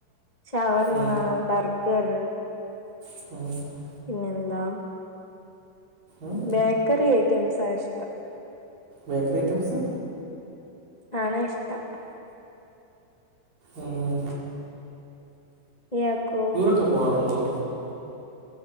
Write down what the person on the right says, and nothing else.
ഉം
<unintelligible>
ഉം
ബേക്കറി ഐറ്റംസ്
ഉം
ഒക്കെ പോവാറുണ്ടോ